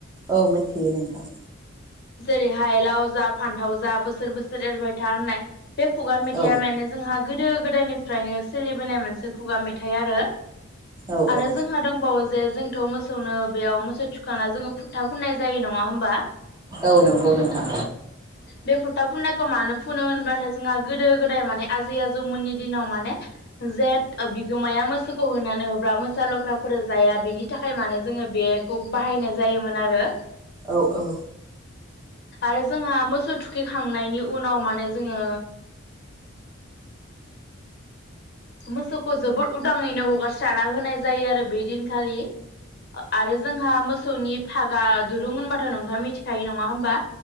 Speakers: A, on the right; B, on the left.
A: औ मोनथियो नोंथां।
B: जेरैहाय लाव जा फान्थाव जा बोसोर बोसोर एरबाय था होननाय। बे खुगा मेथाया
A: औ
B: माने जोंहा गोदो गोदायनिफ्रायनो सोलिबोनाय मोनसे खुगा मेथाइ आरो
A: औ औ
B: आरो जोंहा दंबावो जे जोंथ मोसौनो बेयाव मोसौ थुखैखांना जोङो फुथा फुननाय जायो नङा होमबा।
A: औ नंगौ नोंथां
B: बे फुथा फुननायखौ मानो फुनो होनबाथाय जोंहा गोदो गोदाय माने आजै आजौमोननि दिनाव माने जेन बिगोमाया मोसौखौ होनानै हरब्ला मोसा लख्राफोर जाया बेनि थाखाय माने जोङो बेखौ बाहायनाय जायोमोन आरो
A: औ औ
B: आरो जोंहा मोसौ थुखैखांनायनि उनाव माने जोङो मोसौखौ जोबोद उदाङैनो हगारस्राना होनाय जायो आरो बे दिनखालि आरो जोंहा मोसौनि फागा दुरुं होनबाथ नोंथाङा मिथिखायो नङा होमबा